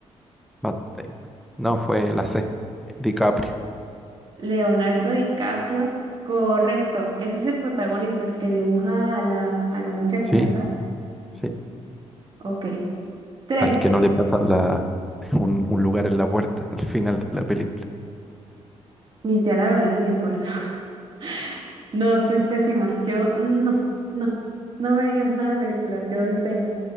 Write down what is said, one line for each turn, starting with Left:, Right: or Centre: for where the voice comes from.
Centre: Matt Damon. No, fue la C, DiCaprio.
Right: Leonardo DiCaprio, correcto. Ese es el protagonista, el que dibuja a la, a la muchacha,
Centre: Sí,
Right: ¿verdad?
Centre: sí.
Right: Ok. Tres.
Centre: Al que no le pasan la, <laughs> un, un lugar en la puerta al final de la película.
Right: Y ya la verdad ni me acuerdo. <laughs> No, soy pésima. Yo, mm, no, no. No me digas nada de películas, yo doy pena.